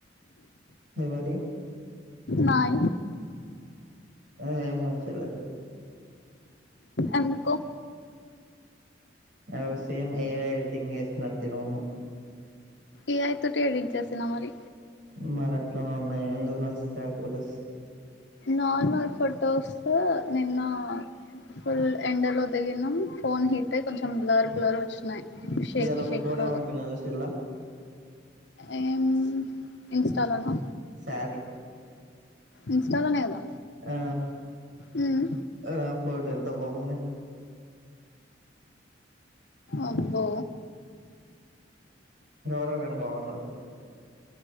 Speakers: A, on the right; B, on the left.
A: ఎవరియ్యి
B: నాయి
A: అదే ఏం మంచిగా లేదు
B: ఎందుకు
A: అవి సేమ్ ఏ ఐ ఎడిటింగ్ చేసినట్టే ఉన్నాయి
B: ఏ ఐ తోటే ఎడిట్ చేసిన మరి
A: మరట్లనే ఉన్నాయి ఎందుకు నచ్చితాయి ఫోటోస్
B: నార్మల్ ఫోటోస్ నిన్న ఫుల్ ఎండ లో దిగినం ఫోన్ హీట్ అయి కొంచెం బ్లర్ బ్లర్ వచ్చినాయి షేకి
A: ఇయళ ఒక
B: షేకి
A: ఫోటో
B: లాగా
A: పంపిన చూసిల్లా
B: ఏమ్ ఇన్స్టాలోనా
A: శారీ
B: ఇన్స్టాలోనే కదా
A: ఆ
B: మ్మ్.
A: ఆ ఫోటో ఎంత బాగుంది
B: అబ్బో
A: ఎవరో గానీ బాగున్నారు